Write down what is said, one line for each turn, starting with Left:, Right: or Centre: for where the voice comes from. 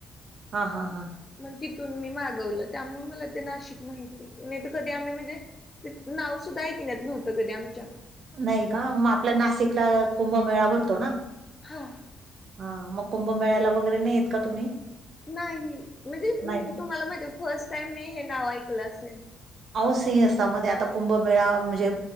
Right: हा हा हा.
Left: मग तिथून मी मागवलं त्यामुळे मला ते नाशिक माहिती नाही तर कधी आम्ही म्हणजे. ते नाव सुद्धा ऐकण्यात नव्हतं कधी आमच्या.
Right: नाही का मग आपल्या नाशिकला कुंभमेळा भरतो ना.
Left: हा.
Right: हा मग कुंभमेळायला वगैरे नाहीेत का तुम्ही.
Left: नाही म्हणजे
Right: नाही का
Left: तुम्हाला मा फर्स्ट टाईम मी हे नाव ऐकलं असेल.
Right: आहो सिह असता मध्ये आता कुंभमेळा म्हणजे